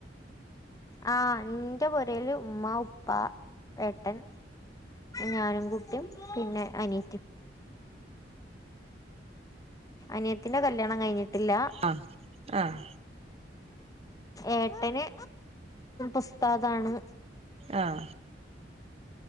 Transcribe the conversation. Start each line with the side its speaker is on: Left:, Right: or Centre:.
Left: ആഹാ ന്റെ പുരേല് ഉമ്മ ഉപ്പ ഏട്ടൻ ഞാനും കുട്ടിയും പിന്നെ അനിയത്തിയും അനിയത്തിന്റെ കല്യാണം കഴിഞ്ഞിട്ടില്ല
Right: ആഹ് ആഹ്
Left: ഏട്ടന് ഉസ്താദാണ്
Right: ആഹ്